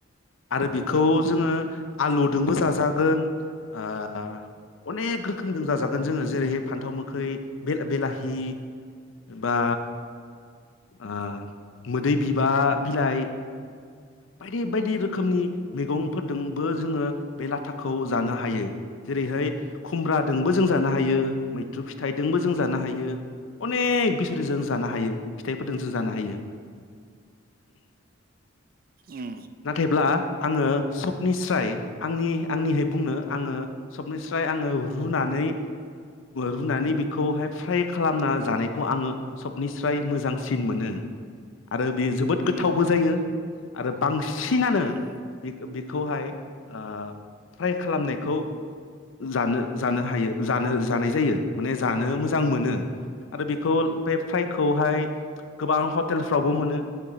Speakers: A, on the left; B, on the right.
A: आरो। खौ जोङो आलुदोंबो जाजा गोन आ अनेक रोखोमजों जाजागोन जोङो जेरैहाय फान्थाव मोखै बे बिलाहि बा आ मोदै बिबा बिलाइ बायदि बायदि रोखोमनि मैगंफोरदोंबो जोङो बे लाथाखौ जानो हायो जेरैहाय खुमब्रादोंबो जों जानो हायो मैथ्रु फि फिथाइदोंबो जों जानो हायो अनेक बिसोरजों जों जानो हायो फिथाइफोरजों जों जानो हायो
B: उम
A: नाथायब्ला आङो सबनिस्राय आंनि आंनिहाय बुंनो आङो सबनिस्राय आङो रुनानै रुनानै बेखौहाय फ्राय खालामना जानायखौ आङो सबनिस्राय मोजांसिन मोनो आरो बे जोबोद गोथावबो
B: उम
A: जायो आरो। बांसिनानो
B: उम
A: बे बेखौहाय ओ फ्राय खालामनायखौ जानो। जानो हायो जानो जानाय जायो माने जानो मोजां मोनो आरो बेखौ बे फाइखौहाय गोबां हटेलफ्रावबो मोनो